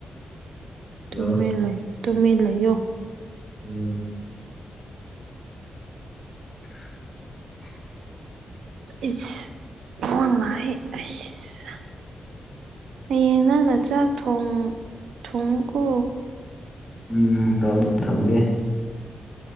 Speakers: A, on the left; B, on the right.
A: ꯍꯜꯂꯣ
B: ꯇꯨꯃꯤꯟ ꯂꯩꯌꯨ ꯇꯨꯃꯤꯟ ꯂꯩꯥꯌꯣ
A: ꯎꯝ <inaudible>
B: ꯏꯖ ꯐ‌ꯣꯟ ꯃꯥꯏ ꯑꯩꯁ ꯍꯌꯦꯡ ꯅꯪꯅ ꯆꯥꯛ ꯊꯣꯡ ꯊꯣꯡꯉꯨꯀꯣ
A: ꯎꯝ <inaudible> ꯊꯝꯒꯦ